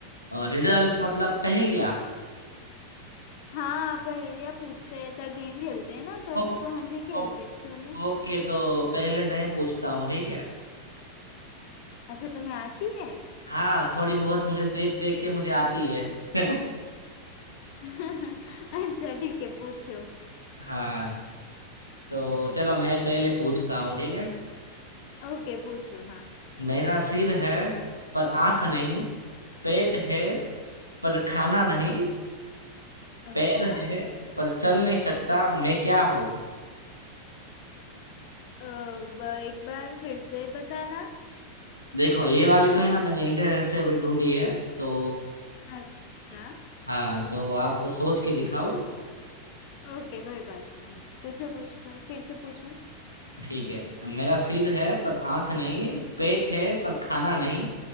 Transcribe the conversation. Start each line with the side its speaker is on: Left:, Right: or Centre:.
Right: रिडल्स मतलब पहेलियाँ
Left: हाँ पहेलियाँ पूछते हैं ऐसा गेम खेलते हैं ना सब
Right: ओ,
Left: तो हम भी खेलते
Right: ओ,
Left: हैं चलो
Right: ओके तो पहले मैं पूछता हूँ ठीक है
Left: अच्छा तुम्हें आती है
Right: हाँ थोड़ी बहुत मुझे देख देख के मुझे आती है <laughs>
Left: <laughs> अच्छा ठीक है पूछो
Right: हाँ तो चलो मैं पहले पूछता हूँ ठीक है
Left: ओके पूछो हाँ
Right: मेरा सिर है पर आंख नहीं पेट है पर खाना नहीं
Left: अच्छा
Right: पैर है पर चल नहीं सकता मैं क्या हूँ
Left: अ, ब- एक बार फिर से बताना
Right: देखो ये वाली तो है ना मैंने इंटरनेट से अभी ढूंढी है तो
Left: अच्छा
Right: हाँ तो आप सोच के दिखाओ
Left: ओके कोई बात नहीं पूछो पूछो फिर से पूछो
Right: ठीक है मेरा सिर है पर आंख नहीं पेट है पर खाना नहीं